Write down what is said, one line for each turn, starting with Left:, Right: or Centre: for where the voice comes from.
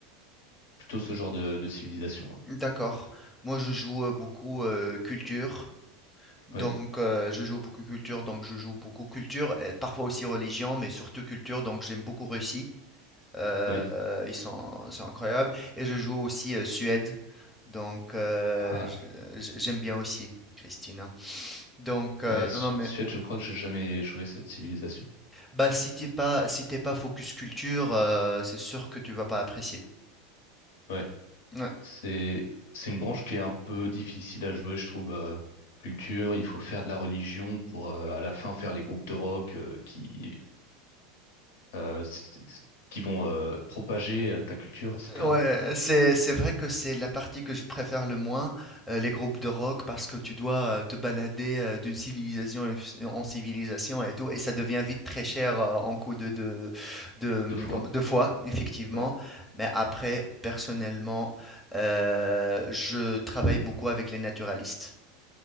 Left: plutôt ce genre de, de civilisation. ouais.
Centre: D'accord. Moi je joue euh, beaucoup euh, culture. Donc
Left: Oui,
Centre: euh, je joue beaucoup culture, donc je joue beaucoup culture, et parfois aussi religion, mais surtout culture, donc j'aime beaucoup Russie. Euh,
Left: oui.
Centre: euh, ils sont, c'est incroyable. Et je joue aussi euh, Suède. Donc euh,
Left: Ah,
Centre: je- je- j'aime bien aussi Christina. Donc euh,
Left: ouais, Su-
Centre: non non, mais
Left: Suède, je crois que j'ai jamais joué cette civilisation.
Centre: Bah, si t'es pas, si t'es pas focus culture, euh, c'est sûr que tu vas pas apprécier.
Left: Ouais,
Centre: Ouais,
Left: c'est c'est une branche qui est un peu difficile à jouer, je trouve. euh, culture, il faut faire de la religion pour euh, à la fin faire les groupes de rock euh, qui euh, s- s- qui vont euh, propager euh, ta culture, etc.
Centre: Ouais,
Left: C'est
Centre: c'est, c'est vrai que c'est la partie que je préfère le moins, euh, les groupes de rock, parce que tu dois euh, te balader euh, d'une civilisation en f- en civilisation et tout, et ça devient vite très cher euh, en coup de, de, de, hum,
Left: deux fois.
Centre: comme- de fois, effectivement.
Left: Ouais.
Centre: Mais après, personnellement, euh, je travaille beaucoup avec les naturalistes.